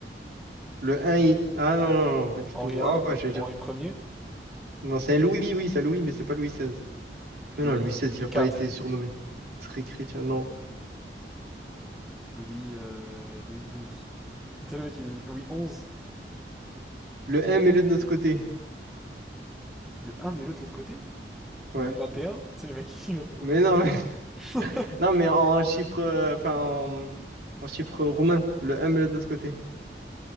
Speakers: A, on the right; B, in the centre.
A: Le un, il... Ah non, non, non, pas du
B: Henri
A: tout.
B: I,
A: Oh, ouais, j'allais
B: Henri
A: dire.
B: premier.
A: Non, c'est Louis, oui, c'est Louis, mais c'est pas Louis XVI.
B: Louis,
A: Non, non, Louis XVI,
B: Louis
A: il n'a
B: IV,
A: pas été surnommé. Très chrétien, non.
B: Louis, euh, Louis XII. Tu sais, <laughs> le mec, il- Louis XI.
A: Le un mets-le de notre côté.
B: Le un mais l'autre de l'autre côté?
A: Ouais.
B: Louis XXI? Tu sais, le mec, <laughs> il m'a pas compris.
A: Mais non, mais, <laughs>
B: <laughs>
A: non, mais en chiffre, euh, enfin, en, en chiffre romain, le un mets-le de notre côté.